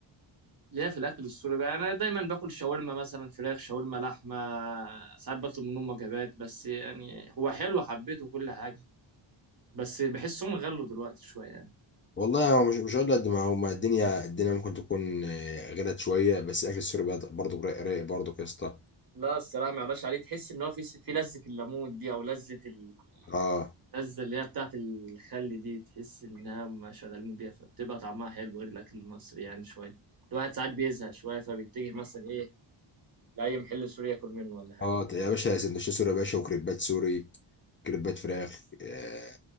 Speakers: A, on the right; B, on the left.
A: ليا في الاكل السوري بقى انا دايما باكل شاورما مثلا فراخ شاورما لحمه ساعات بطلب منهم وجبات بس يعني هو حلو حبيته كل حاجه بس بحسهم غلوا دلوقتي شويه يعني
B: والله هو مش مش هقول قد ما هو ما الدنيا الدنيا ممكن تكون آه، غلت شويه بس الاكل السوري بد- برضه رايق رايق برضه يا اسطى
A: لا الصراحة ما يعلاش عليه تحس إن هو في في لذة الليمون دي أو لذة ال...
B: اه
A: اللذه اللي هي بتاعت الخل دي تحس انها ما شغالين بيها فبتبقى طعمها حلو غير الاكل المصري يعني شويه الواحد ساعات بيزهق شويه فبيتجه مثلا ايه لاي محل سوري ياكل منه ولا حاجه
B: اه يا باشا سندوتشات سوري يا باشا وكريبات سوري كريبات فراخ آه